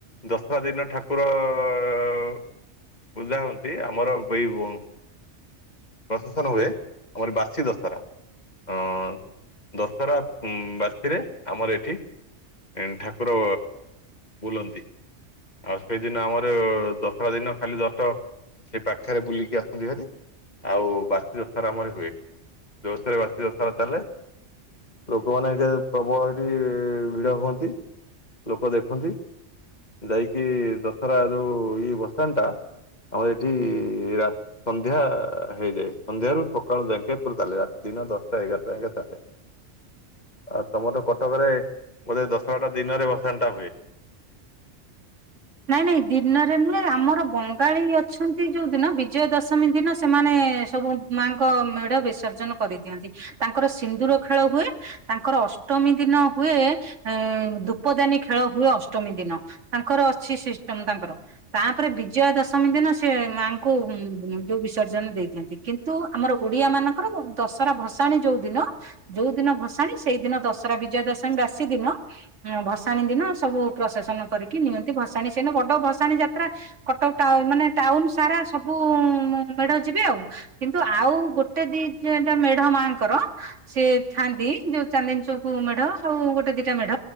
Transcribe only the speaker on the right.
ନାଇଁ ନାଇଁ ଦିନରେ ନୁହେଁ ଆମର ବଙ୍ଗାଳୀ ଅଛନ୍ତି ଯୋଉ ଦିନ ବିଜୟା ଦଶମୀ ଦିନ ସେମାନେ ଏ ସବୁ ମାଙ୍କ ମେଢ ବିସର୍ଜନ କରି ଦିଅନ୍ତି। ତାଙ୍କର ସିନ୍ଦୁର ଖେଳ ହୁଏ। ତାଙ୍କର ଅଷ୍ଟମୀ ଦିନ ହୁଏ ଏ, ଧୂପଦାନୀ ଖେଳ ହୁଏ ଅଷ୍ଟମୀ ଦିନ। ତାଙ୍କର ଛି ସିଷ୍ଟମ ତାଙ୍କର। ତାପରେ ବିଜୟା ଦଶମୀ ଦିନ ସେ ମାଙ୍କୁ ଉଁ, ଯୋଉ ବିସର୍ଜନ ଦେ ଦେଇ ଦିଅନ୍ତି। କିନ୍ତୁ ଆମର ଓଡିଆ ମାନଙ୍କର ଦଶରା ଭସାଣି ଯୋଉ ଦିନ ଯୋଉ ଦିନ ଭସାଣି ସେଇ ଦିନ ଦଶହରା ବିଜୟା ଦଶମୀ ବାସି ଦିନ ଅଁ, ଭସାଣି ଦିନ ସବୁ ପ୍ରସେସନ୍ କରିକି ନିଅ ଭସାଣୀ ସେନ ବଡ ଭସାଣୀ ଯାତ୍ରା। କଟକ ଟାଉ ମାନେ ଟାଉନ ସାରା ସବୁ ଉଁ ମେଢ଼ ଯିବେ। ଆଉ କିନ୍ତୁ ଆଉ ଗୋଟେ ଦି ଯେଟା ମେଢ ମାଙ୍କର ସିଏ ଥାନ୍ତି ଯୋଉ ଚାନ୍ଦିନୀ ଚକୌ ମେଢ ଆଉ ଗୋଟେ ଦିଟା ମେଢ